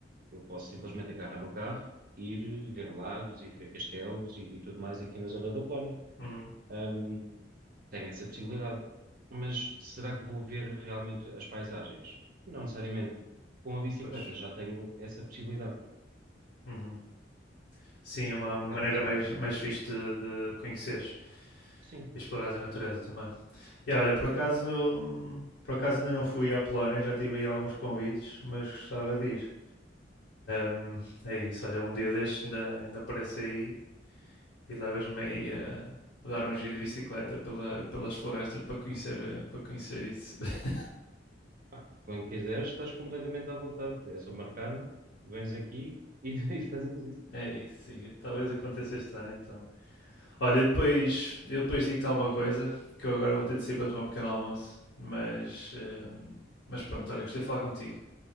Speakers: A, on the right; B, on the left.
A: Eu posso simplesmente agarrar no carro, ir ver lagos, ir ver castelos e, e tudo mais aqui na zona da Polónia.
B: uhum,
A: Ahm, tenho essa possibilidade. Mas será que vou ver realmente as paisagens? Não necessariamente. Com a bicicleta
B: pois.
A: já tenho essa possibilidade.
B: Uhum. Sim, é uma maneira
A: Acaba por ser
B: mais,
A: diferente.
B: mais fixe de, de conheceres
A: Sim,
B: e explorares a natureza também. E olha, por acaso,
A: sim.
B: hum, por acaso ainda não fui à Polónia, já tive aí alguns convites, mas gostava de ir. Hum, é isso, olha, um dia destes ainda, ainda aparece aí e levas-me aí a dar um giro de bicicleta pela, pelas florestas para conhecer, eh, para conhecer isso. <laughs>
A: Pá, quando quiseres, estás completamente à vontade. É só marcar-nos, vens aqui e, <laughs> e fazemos isso.
B: É isso, siga. Talvez aconteça este ano então. Olha, depois, eu depois digo-te alguma coisa, que eu agora vou ter de sair para tomar um pequeno almoço, mas, ehm, mas pronto, olha, gostei de falar contigo.